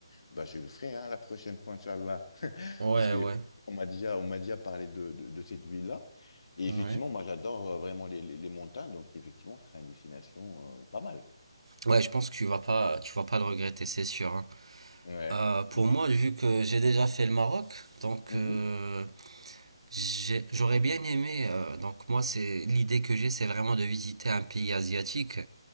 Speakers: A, on the left; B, on the right.
A: Bah, je le ferai hein, la prochaine fois, Inch'Allah. <laughs>
B: Ouais,
A: Parce que
B: ouais.
A: on m'a déjà, on m'a déjà parlé de, de, de cette ville-là. Et effectivement,
B: Ouais.
A: moi, j'adore euh, vraiment les, les, les montagnes. Donc, effectivement, ce sera une destination euh, pas mal.
B: Ouais, je pense que tu vas pas, tu vas pas le regretter, c'est sûr. hein.
A: Ouais.
B: Euh, pour
A: Mais-
B: moi, vu que j'ai déjà fait le Maroc, donc
A: Mhm.
B: euh, j'ai- j'aurais bien aimé. euh, donc moi, c'est l'idée que j'ai, c'est vraiment de visiter un pays asiatique.